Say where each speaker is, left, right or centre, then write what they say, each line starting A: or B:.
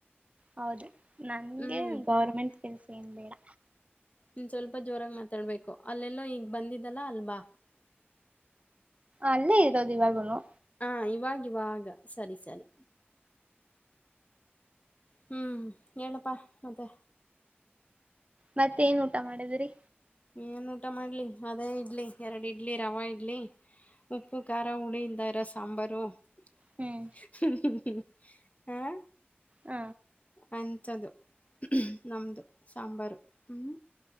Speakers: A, on the right; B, on the left.
A: ಹೌದು ನಂಗೆ
B: ಹ್ಮ್
A: ಗೌರ್ಮೆಂಟ್ ಕೆಲ್ಸ ಏನ್ ಬೇಡ
B: ನಿ ಸ್ವಲ್ಪ ಜೋರಾಗಿ ಮಾತಾಡ್ಬೇಕು ಅಲ್ಲೆಲ್ಲೋ ಈಗ್ ಬಂದಿದ್ದಲ್ಲ ಅಲ್ಬಾ <unintelligible>
A: ಅಲ್ಲೇ ಇರೋದು ಇವಾಗೂನು.
B: ಹ ಇವಾಗವಾಗ ಸರಿ ಸರಿ. ಹ್ಮ್ ಹೇಳಪ ಮತೆ
A: ಮತ್ತೇನ್ ಊಟ ಮಾಡಿದ್ರಿ
B: ಏನ್ ಊಟ ಮಾಡ್ಲಿ ಅದೇ ಇಡ್ಲಿ ಎರಡ್ ಇಡ್ಲಿ ರವ ಇಡ್ಲಿ ಉಪ್ಪು ಖಾರ ಹುಳಿ ಇಲ್ದೆ ಇರೋ ಸಾಂಬರು.
A: ಹ್ಮ್
B: <unintelligible> <unintelligible> ಹ
A: ಹ್ಮ
B: ಅಂಥದ್ದು ನಮ್ಮ್ದು ಸಾಂಬಾರು ಹ್ಞ.